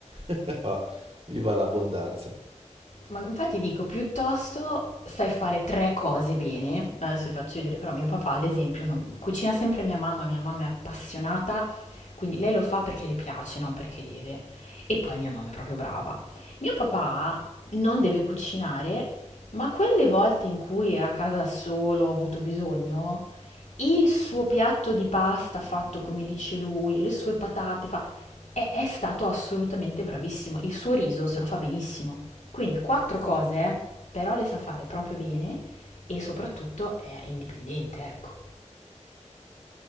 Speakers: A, on the right; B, on the left.
A: <laughs> Viva l'abbondanza!
B: Ma infatti dico, piuttosto sai fare tre cose bene. Adesso vi faccio vedere, però mio papà, ad esempio, non- cucina sempre mia mamma, mia mamma è appassionata, quindi lei lo fa perché le piace, non perché deve. E poi mia mamma è proprio brava. Mio papà non deve cucinare, ma quelle volte in cui era a casa da solo, ho avuto bisogno, il suo piatto di pasta fatto come dice lui, le sue patate fa... E è stato assolutamente bravissimo. Il suo riso se lo fa benissimo. Quindi quattro cose, eh, però le sa fare proprio bene e soprattutto è indipendente, ecco.